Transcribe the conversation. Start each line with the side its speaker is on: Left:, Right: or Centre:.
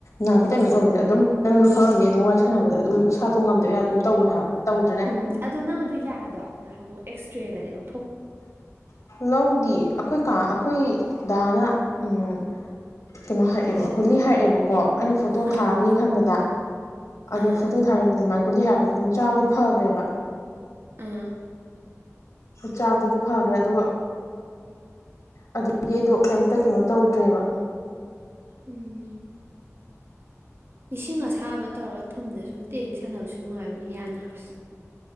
Left: ꯅꯥꯕꯒꯤ ꯇꯥꯏꯃꯤꯡ ꯑꯣꯏꯕꯁꯦ ꯑꯗꯨꯝ ꯅꯪꯁꯨ ꯈꯪꯉꯝꯅꯤ ꯑꯗꯨꯝ ꯋꯥꯔꯤ ꯁꯥꯟꯅꯕꯗ ꯑꯗꯨꯝ ꯏꯁꯥꯗꯣ ꯉꯝꯗꯕ ꯌꯥ ꯑꯗꯨꯝ ꯇꯧꯕꯅꯦ ꯍꯥꯏꯕ ꯇꯧꯗ꯭ꯔꯅꯦ
Right: ꯎꯝ ꯑꯗꯣ ꯅꯪ ꯑꯗꯨ ꯌꯥꯗꯣ ꯅꯍꯥꯟ ꯑꯃꯨꯛ ꯑꯦꯛꯁ ꯔꯦꯒꯗꯤ ꯂꯧ
Left: ꯂꯧꯗꯤꯌꯦ ꯑꯩꯈꯣꯏ ꯀꯥ ꯑꯩꯈꯣꯏ ꯗꯥꯅ ꯎꯝ ꯀꯩꯅꯣ ꯍꯥꯏꯔꯛꯑꯦꯕ ꯒꯨꯂꯤ ꯍꯥꯏꯔꯛꯑꯦꯕꯀꯣ ꯑꯩꯅ ꯐꯣꯇꯣ
Right: ꯑꯥ
Left: ꯊꯥꯔꯒ ꯌꯦꯡ ꯈꯟꯕꯗ ꯑꯗꯣ
Right: ꯑꯥ
Left: ꯐꯣꯇꯣ ꯊꯥꯔꯤꯕꯗꯗꯨ ꯑꯗꯨꯃꯥꯏꯅ ꯒꯨꯂꯤ ꯍꯥꯏꯔꯛꯄ ꯑꯗꯨꯝ ꯆꯥꯕꯗꯤ ꯐꯈ꯭ꯔꯦꯕ
Right: ꯑꯥ
Left: ꯆꯥꯕꯗꯒꯤ ꯐꯈ꯭ꯔꯦ ꯑꯗꯨꯒ ꯑꯗꯨꯗꯒꯤ ꯑꯩꯗꯣ ꯀꯩꯝꯇ ꯀꯩꯅꯣ ꯇꯧꯗ꯭ꯔꯦꯕ
Right: ꯎꯝ ꯏꯁꯤꯡ ꯑꯁꯥꯕ ꯇꯧꯔꯒ ꯊꯨꯝꯗ ꯁꯨꯝ ꯇꯦꯡ ꯁꯥꯟꯅꯕꯁꯨ ꯅꯨꯡꯉꯥꯏꯕꯅꯤ ꯌꯥꯟꯅ ꯍꯥꯏꯕꯁꯦ